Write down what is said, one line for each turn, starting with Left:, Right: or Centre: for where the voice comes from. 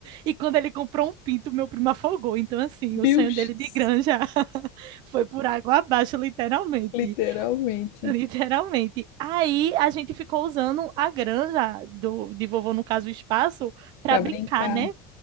Right: E quando ele comprou um pinto, meu primo afogou. Então, assim,
Left: Bilches,
Right: o sonho dele de granja <laughs> foi por água abaixo, literalmente.
Left: literalmente,
Right: <laughs> Literalmente. Aí a gente ficou usando a granja do, de vovô, no caso, o espaço, para
Left: para
Right: brincar,
Left: brincar.
Right: né?